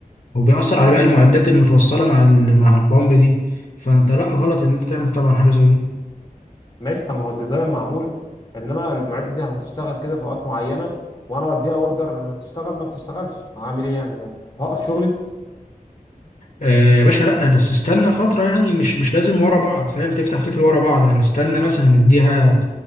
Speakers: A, on the left; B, on the left.
A: وبيأثر على باقي المعدات اللي متوصلة مع ال- مع البامب دي فانت لا غلط ان انت تعمل طبعا حاجة زي دي
B: ماشي طب ما هو الديزاين معمول ان انا المعده دي هتشتغل كده في اوقات معينه وانا بديها اوردر تشتغل ما بتشتغلش هعمل ايه يعني هوقف شغلي
A: آه يا باشا لا بس استنى فترة يعني مش مش لازم ورا بعض فاهم تفتح تقفل ورا بعض يعني استنى مثلا نديها